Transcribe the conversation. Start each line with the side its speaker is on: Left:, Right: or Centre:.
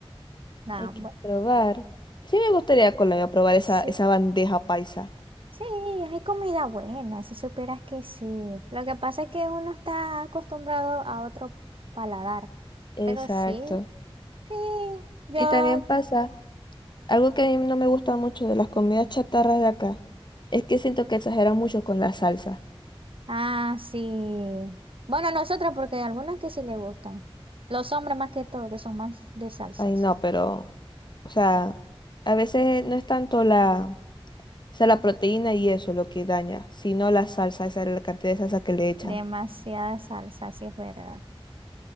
Right: Nada,
Left: Hay que
Right: bueno.
Left: probar. Sí me gustaría Colombia probar
Right: Sí.
Left: esa, esa bandeja paisa.
Right: Sí, hay comida buena, si supieras que sí. Lo que pasa es que uno está acostumbrado a otro paladar,
Left: Exacto.
Right: pero sí, sí. Yo
Left: Y también pasa, algo que a mí no me gusta mucho de las comidas chatarras de acá, es que siento que exageran mucho con la salsa.
Right: Ah, sí. Bueno, nosotros, porque hay algunas que sí le gustan. Los hombres más que todo, que son más de salsas.
Left: Ay, no, pero, o sea, a veces no es tanto la, o sea, la proteína y eso lo que daña, sino la salsa, esa la cantidad de salsa que le echan.
Right: Demasiada salsa, sí es verdad.